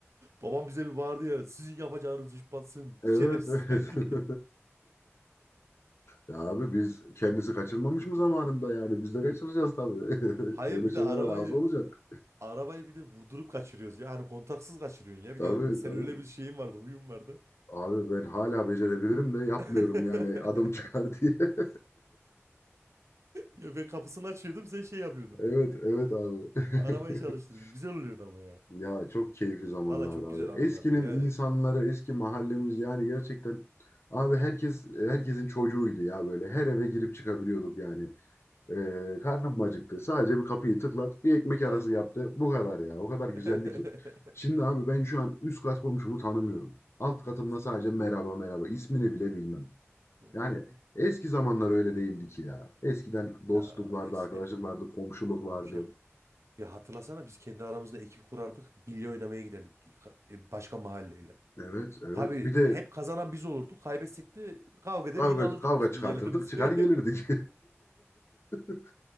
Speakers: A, on the right; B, on the left.
A: Babam bize bir bağırdı ya. Sizin yapacağınız iş batsın.
B: Evet,
A: Şerefsizler
B: evet.
A: diye.
B: <laughs> Ya abi biz kendisi kaçırmamış mı zamanında yani? Biz de kaçıracağız tabii. <laughs>
A: <laughs> Hayır
B: Böyle
A: bir
B: şeylere
A: de arabayı
B: razı olacak.
A: arabayı bir de vurdurup kaçırıyoruz ya. Hani kontaksız kaçırıyorsun ya.
B: Tabii
A: Bir de sen
B: tabii.
A: öyle bir şeyin vardı, huyun vardı.
B: Abi ben hala becerebilirim de
A: <laughs>
B: yapmıyorum yani adım çıkar diye. <laughs>
A: Ya ben kapısını açıyordum, sen şey yapıyordun.
B: Evet, evet abi.
A: Arabayı
B: <laughs>
A: çalıştırıyordun. Güzel oluyordu ama ya.
B: Ya çok keyifli zamanlardı
A: Valla çok
B: abi.
A: güzel anılardı
B: Eskinin
A: yani.
B: insanları, eski mahallemiz yani gerçekten abi herkes herkesin çocuğuydu ya böyle. Her eve girip çıkabiliyorduk yani. Ee, karnım acıktı. Sadece bir kapıyı tıklat, bir ekmek arası
A: Aynen.
B: yaptı. Bu kadar ya. O kadar
A: <laughs>
B: güzeldi ki. Şimdi abi ben şu an üst kat komşumu tanımıyorum. Alt katımda
A: Evet.
B: sadece merhaba merhaba. ismini bile bilmem.
A: Evet,
B: Yani
A: doğru.
B: eski zamanlar öyle değildi ki ya. Eskiden
A: Ya
B: dostluk vardı,
A: eskiden
B: arkadaşlık vardı, komşuluk
A: mükemmel.
B: vardı.
A: Ya hatırlasana biz kendi aramızda ekip kurardık. Bilye oynamaya giderdik ka- e, başka mahalleyle.
B: Evet, evet.
A: Tabii
B: Bir de
A: hep kazanan biz olurduk. Kaybetsek de kavga eder
B: Kavga,
A: yine alırdık
B: kavga
A: biz
B: çıkartırdık,
A: bilyelerimizi.
B: çıkar gelirdik. <laughs>